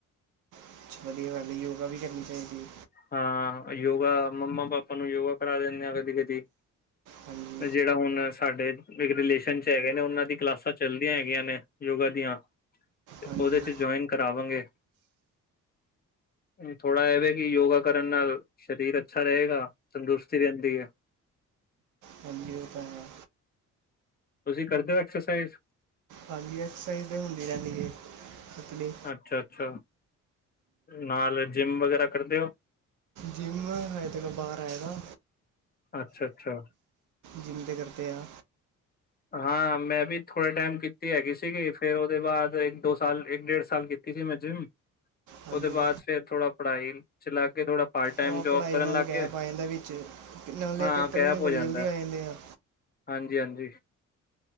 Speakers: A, on the right; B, on the left.
A: ਅੱਛਾ ਵਧੀਆ ਗੱਲ ਯੋਗਾ ਵੀ ਕਰਨੀ ਚਾਹੀਦੀ।
B: ਹਾਂ ਯੋਗਾ ਮੰਮਾ ਪਾਪਾ ਨੂੰ ਯੋਗਾ ਕਰਾ ਦਿੰਦੇ ਹਾਂ ਕਦੀ ਕਦੀ
A: ਹਾਂਜੀ।
B: ਜਿਹੜਾ ਹੁਣ ਸਾਡੇ ਇੱਕ ਰਿਲੇਸ਼ਨ ਚ ਹੈਗੇ ਨੇ ਉਹਨਾਂ ਦੀ ਕਲਾਸਾਂ ਚੱਲਦੀਆਂ ਹੈਗੀਆਂ ਨੇ ਯੋਗਾ ਦੀਆਂ ਤੇ
A: ਹਾਂਜੀ
B: ਉਹਦੇ ਚ ਜੁਆਇਨ ਕਰਾਵਾਂਗੇ ਥੋੜਾ ਐਵੇ ਕਿ ਯੋਗਾ ਕਰਨ ਨਾਲ ਸਰੀਰ ਅੱਛਾ ਰਹੇਗਾ ਤੰਦਰੁਸਤੀ ਰਹਿੰਦੀ ਹੈ।
A: ਕੰ ਵੀ ਔ ਤਾ ਹੈ।
B: ਤੁਸੀਂ ਕਰਦੇ ਹੋ ਐਕਸਰਸਾਈਜ਼।
A: ਹਾਂਜੀ ਐਕਸਰਸਾਈਜ਼ ਤਾਂ ਹੁੰਦੀ ਰਹਿੰਦੀ ਹੈ ਪਤਲੀ
B: ਅੱਛਾ ਅੱਛਾ। ਨਾਲ ਜਿੰਮ ਵਗੈਰਾ ਕਰਦੇ ਹੋ?
A: ਜਿੰਮ ਅਜ ਤੱਕ ਬਾਹਰ ਆਏ ਦਾ
B: ਅੱਛਾ ਅੱਛਾ।
A: ਜਿੰਮ ਦੇ ਕਰਦੇ ਆ
B: ਹਾਂ ਮੈਂ ਵੀ ਥੋੜੇ ਟਾਈਮ ਕੀਤੀ ਹੈਗੀ ਸੀਗੀ ਫੇਰ ਉਹਦੇ ਬਾਅਦ ਇੱਕ ਦੋ ਸਾਲ ਇੱਕ ਡੇਢ ਸਾਲ ਕੀਤੀ ਕੀਤੀ ਸੀ ਮੈਂ ਜਿੰਮ
A: ਹਾਂਜੀ
B: ਉਹਦੇ ਬਾਅਦ ਫੇਰ ਥੋੜਾ ਪੜ੍ਹਾਈ ਚਲਾ ਕੇ ਥੋੜਾ ਪਾਰਟ ਟਾਇਮ
A: ਆ
B: ਜੋਬ
A: ਪੜ੍ਹਾਈ
B: ਕਰਨ
A: ਨਾਲ
B: ਲੱਗ
A: ਗੈਪ
B: ਗਏ
A: ਆ ਜਾਂਦਾ ਵਿੱਚ ਤੇ ਨਾਲੇ
B: ਹਾਂ
A: ਪੇਪਰ
B: ਗੈਪ
A: ਵੀ ਤਾਂ
B: ਹੋ
A: ਬੜੀ
B: ਜਾਂਦਾ।
A: ਜਲਦੀ ਆ ਜਾਂਦੇ ਆ
B: ਹਾਂਜੀ ਹਾਂਜੀ।